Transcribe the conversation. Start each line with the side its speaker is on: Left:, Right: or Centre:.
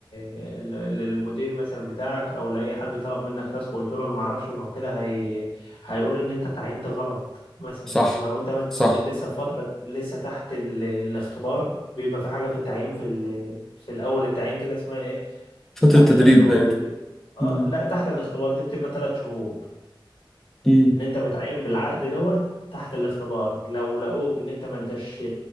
Left: للمدير مثلا بتاعك او لاي حد طلب منك تاسك وقلت له انا ما اعرفش ما هو كده هي... هيقول ان انت تعينت غلط مثلا
Centre: صح
Left: ولو انت مثلا
Centre: صح
Left: لسه في فترة لسه تحت ال... الاختبار بيبقى في حاجة في التعيين في ال... في الاول التعيين كده اسمها ايه
Centre: فترة
Left: تحت
Centre: تدريب
Left: الاختبار
Centre: باين
Left: اه
Centre: مم.
Left: لا تحت الاختبار دي بتبقى ثلاث شهور
Centre: مم.
Left: ان انت متعين بالعقد دوت تحت الاختبار لو لقوك ان انت ما انتش